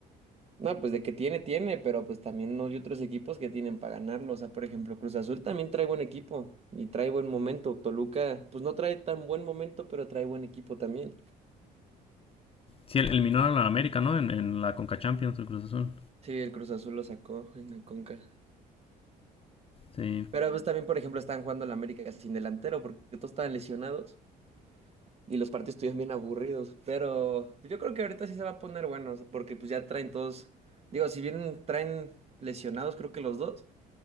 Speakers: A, on the right; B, on the left.
A: No, pues de que tiene, tiene, pero pues también no hay otros equipos que tienen para ganarlo. O sea, por ejemplo, Cruz Azul también trae buen equipo y trae buen momento. Toluca, pues no trae tan buen momento, pero trae buen equipo también.
B: Sí, el- eliminó a la América, ¿no? En, en la Conca Champions, el Cruz Azul.
A: Sí, el Cruz Azul lo sacó en el Conca.
B: Sí.
A: Pero pues también, por ejemplo, están jugando el América sin delantero porque todos estaban lesionados. Y los partidos estuvieron bien aburridos, pero yo creo que ahorita sí se va a poner bueno, o sea, porque pues ya traen todos, digo, si bien traen lesionados, creo que los dos,